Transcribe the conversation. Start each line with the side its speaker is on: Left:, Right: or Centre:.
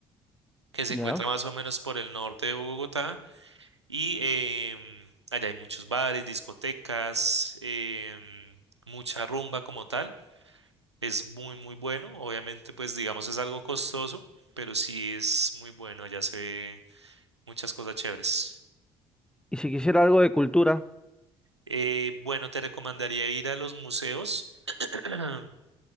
Right: que se
Centre: ya.
Right: encuentra más o menos por el norte de Bogotá y em, allá hay muchos bares, discotecas, em, mucha rumba como tal. Es muy, muy bueno. Obviamente, pues digamos es algo costoso, pero sí es muy bueno. Allá se ve muchas cosas chéveres.
Centre: ¿Y si quisiera algo de cultura?
Right: Eh, bueno, te recomendaría ir a los museos, <clears throat>